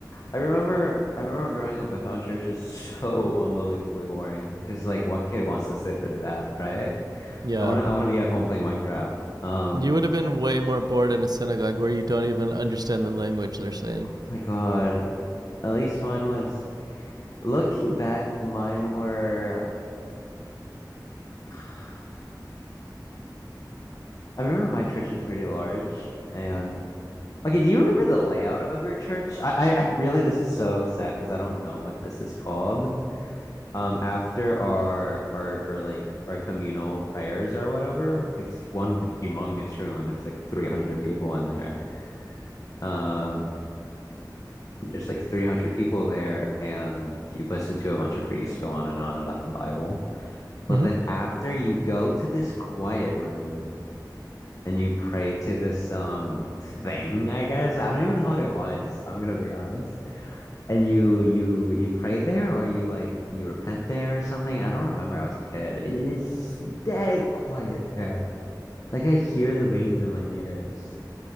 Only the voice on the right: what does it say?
Yeah,
you would have been way more bored in a synagogue where you don't even understand the language they're saying.
Mm-hmm.